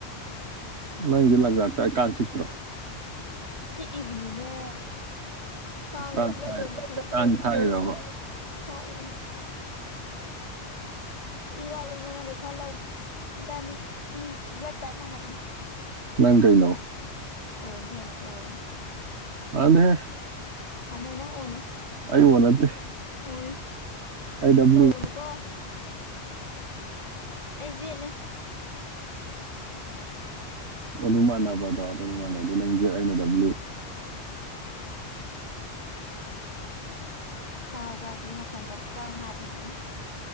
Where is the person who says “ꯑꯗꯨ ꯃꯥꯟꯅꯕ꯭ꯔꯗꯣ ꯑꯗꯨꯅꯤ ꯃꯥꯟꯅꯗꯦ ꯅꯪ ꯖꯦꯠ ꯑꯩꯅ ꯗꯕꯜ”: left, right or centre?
Right